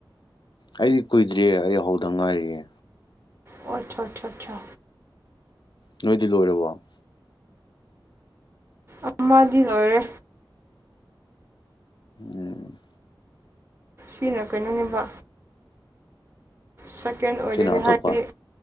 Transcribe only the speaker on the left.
ꯑꯩꯗꯤ ꯀꯨꯏꯗ꯭ꯦ ꯑꯩ ꯍꯧꯗ ꯉꯥꯏꯔꯤꯌꯦ
ꯅꯣꯏꯗꯤ ꯂꯣꯏꯔꯕꯣ
ꯎꯝ
ꯁꯤꯅ ꯑꯇꯣꯞꯄ